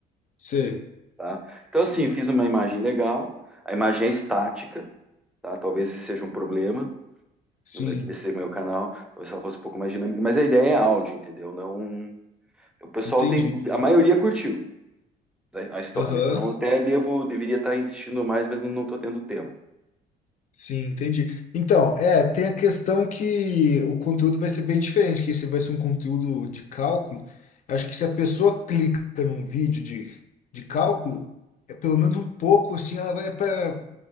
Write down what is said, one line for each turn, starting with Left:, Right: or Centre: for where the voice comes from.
Left: Sei.
Centre: tá? Então, assim, fiz uma imagem legal, a imagem é estática, tá? Talvez esse seja um problema
Left: Sim.
Centre: no meu, que desse seja o meu canal, talvez ela fosse um pouco mais dinâmica, mas a ideia é áudio, entendeu? Não, o pessoal
Left: Entendi.
Centre: tem, a maioria curtiu a a história,
Left: Aham.
Centre: então eu até devo, deveria estar investindo mais, mas não, não tô tendo tempo.
Left: Sim, entendi. Então, é, tem a questão que o conteúdo vai ser bem diferente, que esse vai ser um conteúdo de cálculo, acho que se a pessoa clica num vídeo de, de cálculo, é pelo menos um pouco assim, ela vai para